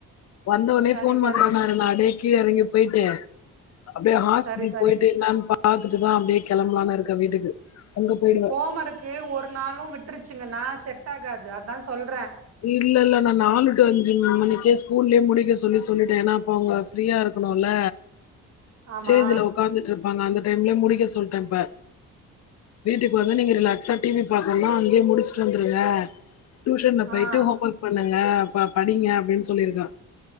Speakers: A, on the left (about 55°); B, on the right (about 55°).
A: வந்த உடனே
B: சரி
A: போன்
B: சரி
A: பண்றேனாரு நா அடே கீழ இறங்கி போய்ட்டு அப்டியே ஹாஸ்
B: சரி சரி
A: போய்ட்டு என்னான் பாத்துட்டுதான் அப்படியே கிளம்பலான்னு இருக்கேன் வீட்டுக்கு அங்க போயிடுவேன்
B: போம இருக்கு ஒரு நாளும் விட்டுருச்சுங்கண்ணா சரி செட்டாகாது அதான் சொல்
A: இல்லல்ல நா நாலு அஞ்சு மனிக்கே ஸ்கூல்லலே முடிக்க சொல்லி சொல்லிட்டேன் ஏன்னா அப்ப அவங்க ஃப்ரீயா இருக்கணுல
B: ஆமா
A: ஸ்டேஜ்ல உக்காந்துட்டு இருந்த அந்த டைம் முடிக்க சொல்டே இப்ப வீட்டுக்கு வந்து நீங்க ரிலாக்சா டிவி பாக்கன்னா முடிச்சுட்டு வந்துருங்க டியூஷன் போயிட்டு
B: ஆ
A: ஹோம் ஒர்க் பண்ணுங்க பா படிங்க அப்படின்னு சொல்லிருக்கான்